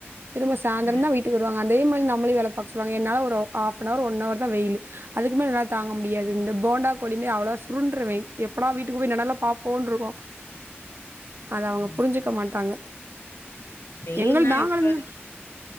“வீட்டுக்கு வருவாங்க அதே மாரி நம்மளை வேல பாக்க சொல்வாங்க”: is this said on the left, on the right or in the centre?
Right